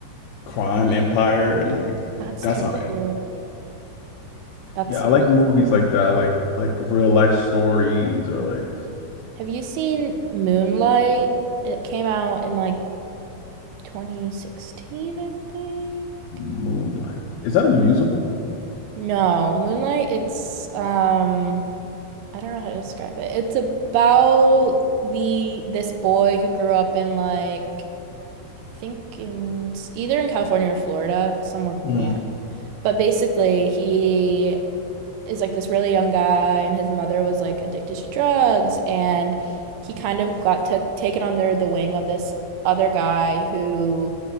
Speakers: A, on the left (about 80°); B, on the right (about 80°).
A: crime empire and like
B: that's
A: that's
B: terrible.
A: how it ended.
B: That's
A: Yeah, I like
B: really
A: movies
B: sad.
A: like that, like like real life stories or like
B: Have you seen Moonlight? It came out in like 2016, I think.
A: Moonlight. Is that a musical?
B: No, Moonlight, it's um I don't know how to describe it. It's about the this boy who grew up in like I think in either in California or Florida, somewhere
A: Mm-hmm.
B: warm. But basically, he is like this really young guy, and his mother was like addicted to drugs, and he kind of got to take it under the wing of this other guy who